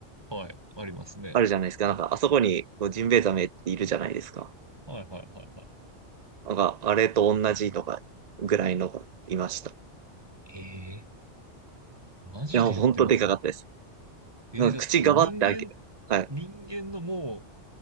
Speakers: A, on the right; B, on the right.
A: はい、ありますね。
B: あるじゃないですか。なんかあそこにこうジンベエザメっているじゃないですか。
A: はい。はい、はい、はい、は
B: なんかあれと同じとかぐらいのがいました。い
A: い。えー、マジで言ってます
B: や、もうほんとでかかったです。
A: えー、
B: なんか口がばって開ける。
A: だってそれ人間、
B: はい。
A: 人間のも